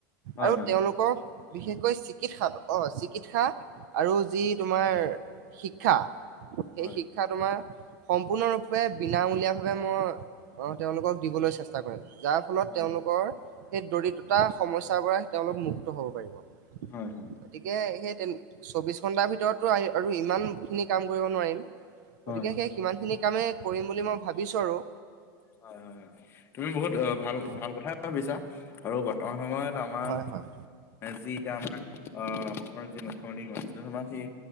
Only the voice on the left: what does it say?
হয়
হয়
হয়
হয়
হয় হয়
হয়।
<inaudible> হয় হয় হয়। তুমি বহুত ভাল
ভাল কথাই ভাবিছা আৰু বৰ্তমান সময়ত আমাৰ
যি এতিয়া আমাৰ আহ অসমৰ যি মুখ্যমন্ত্ৰী হিমন্ত বিশ্ব শৰ্মা সেই